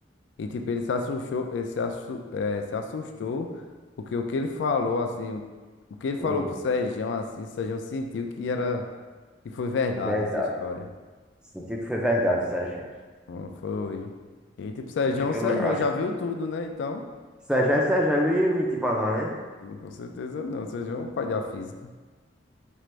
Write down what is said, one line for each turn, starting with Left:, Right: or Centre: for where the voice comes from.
Left: E tipo, ele se assustou, ele se, assu- é, se assustou, porque o que ele falou, assim, o, o que ele falou
Centre: Hum,
Left: pro Sérgio, assim, o Sérgio sentiu que era, que foi verdade
Centre: verdade.
Left: essa história.
Centre: Senti que foi verdade, Sérgio.
Left: Bom, Foi. E tipo, Sérgio,
Centre: Acho
Left: é um
Centre: que
Left: Sérgio
Centre: eu le- acho
Left: já
Centre: que.
Left: viu tudo, né? Então,
Centre: Sérgio é Sérgio, ele não ia mentir pra nós, né?
Left: com certeza não. Sérgio é um pai da física.